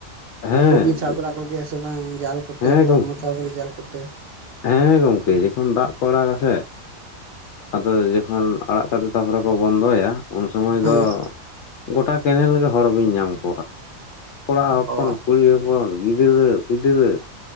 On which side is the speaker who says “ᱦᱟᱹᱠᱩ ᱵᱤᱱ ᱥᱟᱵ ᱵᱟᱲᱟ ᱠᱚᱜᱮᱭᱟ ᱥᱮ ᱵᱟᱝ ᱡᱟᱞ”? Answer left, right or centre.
Right